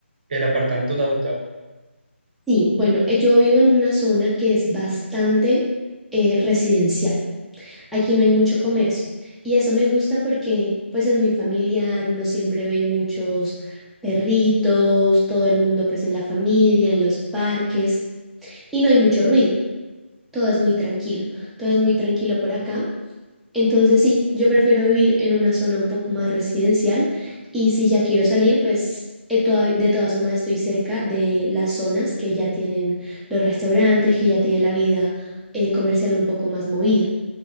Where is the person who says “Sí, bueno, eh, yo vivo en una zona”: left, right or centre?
Centre